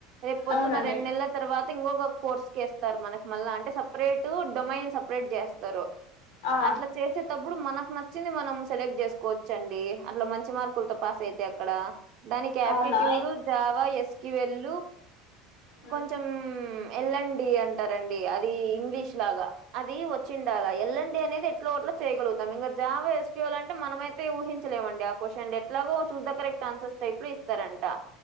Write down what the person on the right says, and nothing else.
రేపు పొద్దున్న
రెండు నెలల తర్వాత ఇంకొక కోర్స్కిేస్తారు మనకి మళ్ళా అంటే సపరేట్ డొమైన్ సపరేట్ చేస్తారు
అట్లా చేసేటప్పుడు మనకు నచ్చింది మనం సెలెక్ట్ చేసుకోవచ్చండి అట్లా మంచి మార్కులతో పాస్ అయితే అక్కడ దానికి aptitude
Java S Q L
కొంచెం ఎల్ అండ్ డి అంటారండి అది ఇంగ్లీష్ లాగా అది వచ్చిండాల ఎల్ అండ్ డి అనేది ఎట్లో గట్ల చేయగలుగుతాం ఇంకా జావ ఎస్క్యూఎల్ అంటే మనమైయితే ఊహించలేమండి క్వశ్చన్లు ఎట్లాగో చూస్ దా కరెక్ట్ ఆన్సర్స్ టైపు లో ఇస్తారంటా